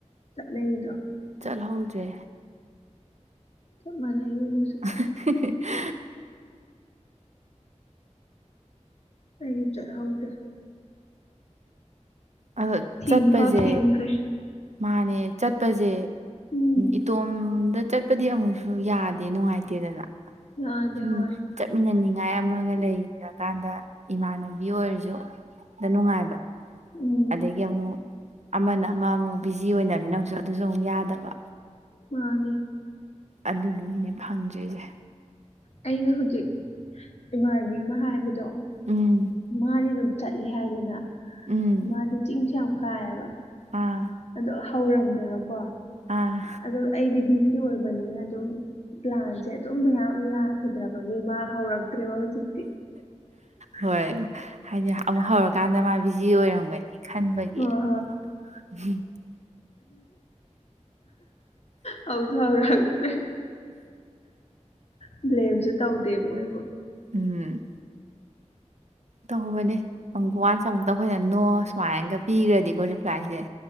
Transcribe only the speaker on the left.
ꯆꯠꯅꯩꯗꯣ
ꯆꯞ ꯃꯅꯩ ꯗꯨꯗꯨ
ꯑꯩ ꯆꯂ ꯍꯥꯎꯗ
ꯊꯤꯡꯐꯥꯎ
ꯊꯤꯡꯈ꯭ꯔꯦ
ꯎꯝ
ꯌꯥꯗꯦ
ꯍꯣꯏ
ꯎꯝ
ꯃꯅꯤ
ꯑꯩꯅ ꯍꯧꯖꯤꯛ ꯏꯃꯥꯟꯕꯤ ꯑꯃ ꯍꯥꯏꯕꯗꯣ
ꯃꯥꯗꯤ ꯑꯗꯨꯝ ꯆꯠꯂꯦ ꯍꯥꯏꯗꯅ
ꯃꯥꯗꯤ ꯆꯤꯡꯁꯨ ꯌꯥꯝ ꯀꯥꯏꯑꯕ
ꯑꯗꯣ ꯍꯧꯔꯝꯃꯦꯕꯀꯣ
ꯑ ꯑꯩꯗꯤ ꯕꯤꯖꯤ ꯑꯣꯏꯕꯅꯤꯅ ꯑꯗꯨꯝ ꯄ꯭ꯂꯥꯟꯁꯦ ꯑꯗꯨꯝ ꯃꯌꯥꯝ ꯌꯥꯈꯤꯗ꯭ꯔꯕꯒꯤ ꯃꯥ ꯍꯧꯔꯛꯇ꯭ꯔꯦꯕ ꯍꯧꯖꯤꯛꯇꯤ
ꯍꯣꯏ
ꯍꯥꯎꯁꯨ ꯍꯥꯎꯔꯛꯇ꯭ꯔꯦ ꯏꯕꯨꯕ꯭ꯂꯥꯝꯁꯦ ꯇꯧꯗꯦ ꯃꯣꯏꯕꯨ